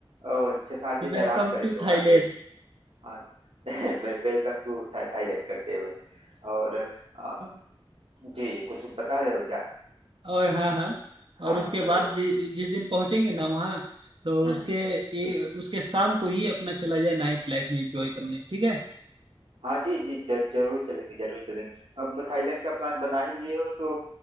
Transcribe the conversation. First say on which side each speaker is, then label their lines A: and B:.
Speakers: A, on the right (about 80°); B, on the right (about 60°).
A: और छह सात दिन
B: Welcome
A: आराम करेंगे
B: to
A: वहां
B: Thailand
A: पे हाँ <laughs> वेलकम टू था, थाईलैंड करते हुए और अ,
B: <laughs>
A: जी कुछ बता रहे हो क्या
B: और हाँ हाँ
A: हाँ
B: और उसके
A: हाँ बताइए
B: बाद जि, जिस दिन पहुंचेंगे ना वहाँ तो
A: हम्म
B: उसके
A: हम्म।
B: ये उसके शाम को ही अपना चला जाए नाइट लाइफ में एंजॉय करने ठीक है
A: हाँ जी जी जर, जरूर चलेंगे जरूर चलेंगे अब थाईलैंड का प्लान बना ही लिए हो तो